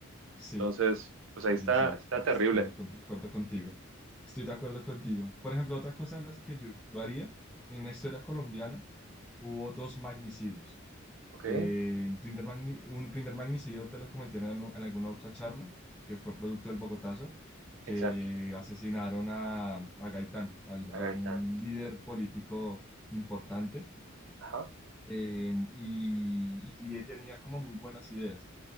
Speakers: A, in the centre; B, on the right (about 70°).
A: sí,
B: Entonces, pues ahí está,
A: sí, sí,
B: está
A: estoy
B: terrible.
A: con- de acuerdo contigo. Estoy de acuerdo contigo. Por ejemplo, otra cosa de las que yo haría en la historia colombiana, hubo dos magnicidios.
B: Ok,
A: Eh, el primer magni- un primer magnicidio te lo comenté en, en alguna otra charla, que fue producto del Bogotazo, que
B: exacto.
A: asesinaron a, a Gaitán, al- a
B: A Gaitán.
A: un líder político importante,
B: Ajá.
A: eh, y, y él tenía como muy buenas ideas.